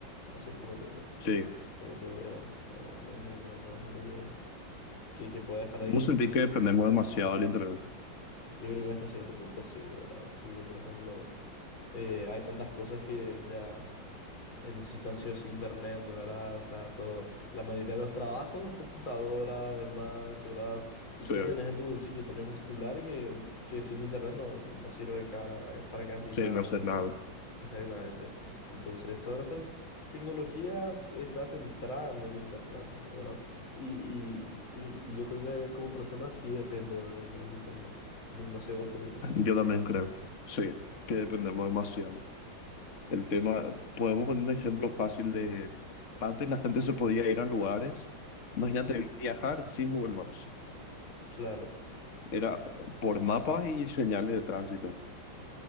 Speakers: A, on the left; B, on the left.
A: Así es como yo,
B: Sí,
A: como yo veo, ¿verdad? No, no, no, no es algo que, que, que pueda dejar
B: no
A: de existir.
B: sentí que dependemos demasiado del internet.
A: Yo creo que hasta cierto punto sí, ¿verdad? Porque, por ejemplo, eh, hay tantas cosas que ya... eh, necesitan sí o sí internet, ¿verdad? O sea, todo, la mayoría de los trabajos, computadora, además, ¿verdad? ¿Y
B: Sí,
A: qué tenés en tu bolsillo? Tenés un celular que, que sin internet no, no no sirve para, para casi
B: sí,
A: nada,
B: no sé
A: ¿entendés?
B: nada.
A: Exactamente. Entonces, toda nuestra tecnología está centrada en el internet, ¿verdad? Y, y, y, y yo creo que como persona sí dependo del, del internet. No, no sé vos qué opinas.
B: Yo también creo, sí, que dependemos demasiado. El tema, podemos poner un ejemplo fácil de, antes la gente se podía ir a lugares, imagínate viajar sin Google Maps,
A: Claro.
B: era por mapas y señales de tránsito,